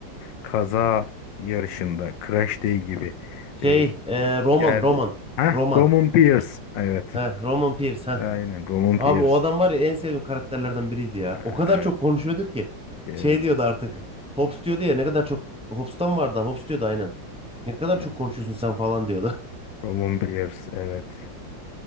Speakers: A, on the left; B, in the centre.
A: kaza yarışında Crash Day gibi
B: Şey
A: e,
B: eee,
A: bir
B: Roman
A: yerde.
B: Roman.
A: Ha,
B: Roman.
A: Roman Pierce. Evet.
B: Heh, Roman Pierce. Heh.
A: Aynen Roman
B: Abi
A: Pierce.
B: o adam var ya en sevdiğim karakterlerden biriydi ya.
A: Evet,
B: O kadar çok konuşuyordu ki.
A: evet,
B: Şey diyordu artık. Hobbs diyordu ya ne kadar çok. Hobbs'tan vardı. Hobbs diyordu aynen. Ne kadar
A: evet.
B: çok konuşuyorsun sen falan diyordu. <laughs>
A: Roman Pierce. Evet.